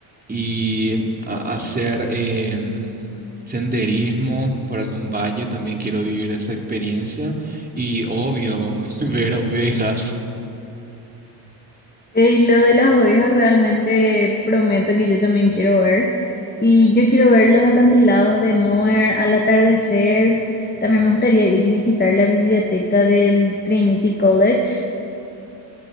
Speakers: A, on the right; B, on the left.
A: y a- hacer em, senderismo por algún valle, también quiero vivir esa experiencia y obvio <laughs> ver ovejas.
B: Eh, Y lo de las ovejas realmente prometo que yo también quiero ver. Y yo quiero ver los acantilados de Moher al atardecer. También me gustaría ir y visitar la biblioteca del Trinity College.